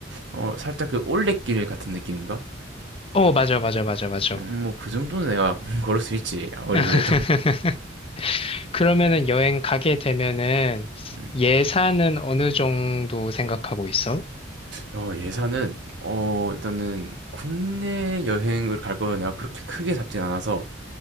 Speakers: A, on the right; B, on the left.
A: 어 살짝 그 올레길 같은 느낌인가
B: 어, 맞아, 맞아, 맞아, 맞아.
A: 음 뭐 그 정도는 내가 <laughs> 걸을 수 있지 아무리
B: <laughs>
A: 그래도
B: 그러면은 여행 가게 되면은
A: 음,
B: 예산은 어느 정도 생각하고 있어?
A: 어, 예산은 어, 일단은 국내 여행을 갈 거면 내가 그렇게 크게 잡진 않아서